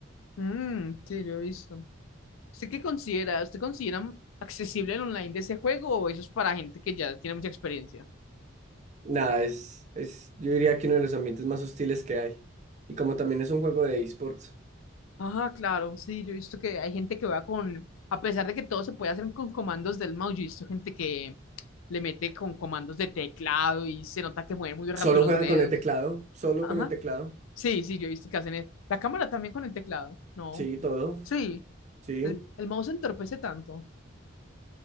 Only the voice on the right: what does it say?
Nada, es, es, yo diría que uno de los ambientes más hostiles que hay. Y como también es un juego de esports,
solo
juegan
con el teclado, solo
con el teclado.
Sí, todo,
sí.